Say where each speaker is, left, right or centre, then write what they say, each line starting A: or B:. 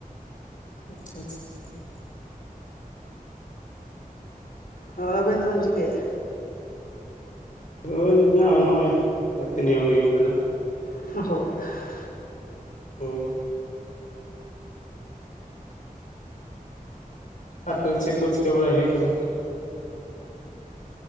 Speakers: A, on the left; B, on the left.
A: ᱟᱪᱪᱷᱟ ᱟᱪᱪᱷᱟ ᱟᱪᱪᱷᱟ ᱾
B: ᱚ ᱟᱵᱮᱱ ᱫᱚ ᱵᱮᱱ ᱪᱤᱠᱟᱹᱭᱮᱫ-ᱟ?
A: ᱨᱩᱣᱧᱮᱠᱟ ᱱᱚᱜᱼᱚᱭ ᱫᱟᱹᱛᱟᱹᱱᱤ ᱦᱩᱭᱩᱜ ᱠᱟᱱᱟ᱾
B: <unintelligible>
A: ᱦᱮᱸ ᱾ ᱟᱨ ᱛᱚᱵᱮ ᱪᱮᱫ ᱠᱚ ᱪᱤᱠᱟᱹ ᱵᱟᱲᱟᱭ ᱦᱩᱭᱩᱜ ᱡᱟᱱᱟ ᱛᱚᱵᱮ?